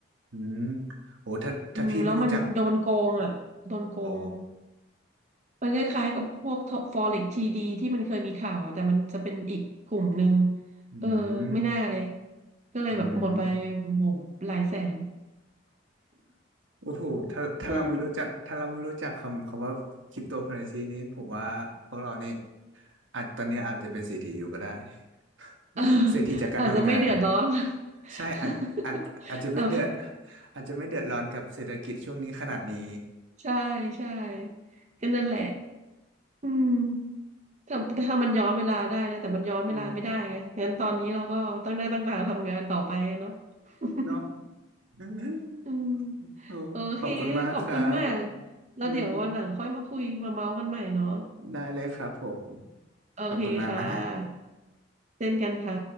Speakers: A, on the right (about 85°); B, on the right (about 35°).
A: อืมโอ้ถ้าถ้าพี่ไม่รู้จัก
B: อืมแล้วมันโดนโกงอ่ะโดนโกง
A: โอ้
B: มันคล้ายๆกับพวกฟอเร็กทีดีที่มันเคยมีข่าวอะแต่มันจะเป็นอีกกลุ่มหนึ่ง
A: อืม
B: เออไม่น่าเลยก็เลยแบบหมดไปโอ้โหหลายแสน
A: อืม โอ้โหถ้าถ้าเราไม่รู้จักถ้าเราไม่รู้จักคำคำว่าคริปโตเคอเรนซีนี้ผมว่าพวกเรานี่
B: อืม
A: อาจตอนนี้อาจจะเป็นเศรษฐีอยู่ก็ได้ <laughs>
B: เออ <laughs>
A: เศรษฐีจากการทำงาน
B: อาจจะไม่เดือดร้อน
A: ใช่อาจอาจอาจจะไม่เดือด
B: <laughs> อ่
A: อาจจะไม่เดือดร้อนกับเศรษฐกิจช่วงนี้ขนาดนี้
B: ะใช่ใช่ก็นั่นแหละอืมถ้าถ้ามันย้อนเวลาได้นะแต่มันย้อนเวลาไม่ได้ไงงั้นตอนนี้เราก็ตั้งหน้าตั้งตาทำงานต่อไปอะเนาะ
A: อืม
B: <laughs>
A: เนาะ <laughs>
B: อืม
A: โอ้ขอบคุณมากครับ
B: โอเคขอบคุณมากแล้วเดี๋ยววันหลังค่อยมาคุยมาเมาส์กันใหม่เนาะ
A: อืมได้เลยครับผม
B: โอเคค่ะ
A: ขอบคุณมากนะฮะ
B: เช่นกันค่ะ